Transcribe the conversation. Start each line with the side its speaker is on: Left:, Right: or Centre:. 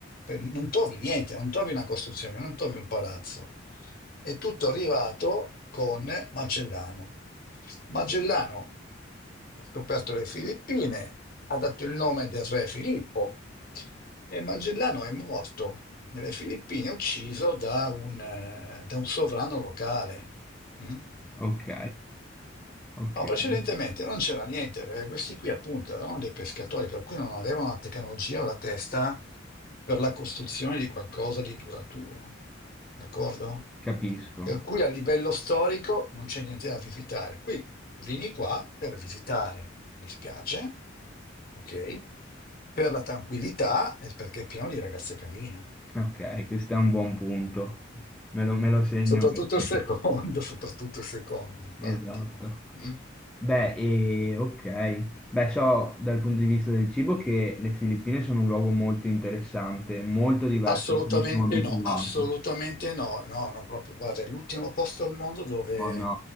Left: Per- non trovi niente, non trovi una costruzione, non trovi un palazzo. È tutto arrivato con Magellano. Magellano ha scoperto le Filippine, ha dato il nome del re Filippo e Magellano è morto nelle Filippine, ucciso da un, eh, da un sovrano locale. mm?
Centre: ok, ok,
Left: No, precedentemente non c'era niente, perché questi qui appunto erano dei pescatori, per cui non avevano la tecnologia o la testa per la costruzione di qualcosa di duraturo, d'accordo?
Centre: capisco.
Left: Per cui a livello storico non c'è niente da visitare. Qui vieni qua per visitare le spiagge, ok? Per la tranquillità e perché è pieno di ragazze carine.
Centre: Ok, questo è un buon punto. Me lo, me lo segno
Left: Soprattutto
Centre: perché.
Left: il secondo, <laughs> soprattutto il secondo, infatti.
Centre: Esatto.
Left: Mm?
Centre: Beh, e, ok. Beh, so dal punto di vista del cibo che le Filippine sono un luogo molto interessante, molto diverso
Left: Assolutamente
Centre: da cui siamo abituati.
Left: no, assolutamente no, no, no, proprio, guarda, è l'ultimo posto al mondo dove
Centre: Oh no,